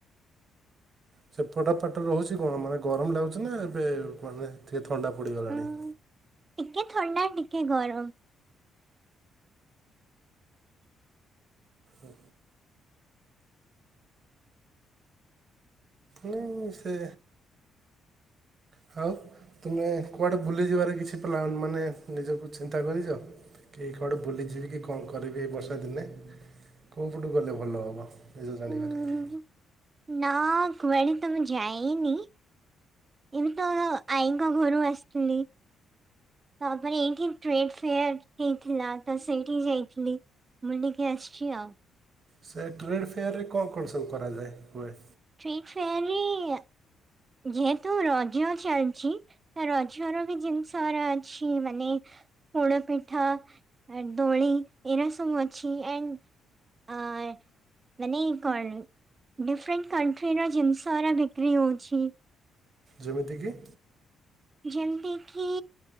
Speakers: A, on the right; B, on the right.
A: ସେପଟେ ଫାଟ ରହୁଛି କଣ ମାନେ ଗରମ ଲାଗୁଛି ନା ଏବେ ମାନେ ଟିକେ ଥଣ୍ଡା ପଡ଼ିଗଲାଣି।
B: ହୁଁ। ଟିକେ ଥଣ୍ଡା, ଟିକେ ଗରମ।
A: ଓ ନା ସେ ହଉ ତୁମେ କୁଆଡ଼େ ଭୁଲିଯିବାର କିଛି ପ୍ଲାନ୍ ମାନେ ନିଜକୁ ଚିନ୍ତା କରିଛ? କେହି କୁଆଡ଼େ ବୁଲିଯିବି କି କଣ କରିବି ଏଇ ବର୍ଷା ଦିନେ କୋଉ ପଟୁ ଗଲେ ଭଲ ହବ? ଜର ଜ
B: ହୁଁ।
A: <unintelligible> <unintelligible>
B: ନା କୁଆଡେ ତ ମୁଁ ଜାଇନି। ଏଇତ ଆଇଙ୍କ ଘରୁ ଆସିଥିଲି। ତାପରେ ଏଇଠି ଟ୍ରେଡ ଫେୟାର ହେଇଥିଲା ତ ସେଇଠି ଯାଇଥିଲି। ବୁଲିକି ଆସିଛି ଆଉ।
A: ସେ ଟ୍ରେଡ଼୍ ଫେୟାରରେ କଣ, କଣ ସବୁ କରାଯାଏ ହୁଏ?
B: <unintelligible> ଅଫର ଯେହେତୁ ରଜ ଚାଲିଛି। ରଜ ର ବି ଜିନିଷ ଅଛି ମାନେ ପୋଡୋ ପିଠା। ଦୋଳି ଏରା ସବୁ ଅଛି। <unintelligible> ଆ ମାନେ କଣ ଡିଫରେଣ୍ଟ କଣ୍ଟ୍ରି ର ଜିନିଷରା ବିକ୍ରି ହଉଛି।
A: ଯେମିତିକି?
B: ଯେମିତିକି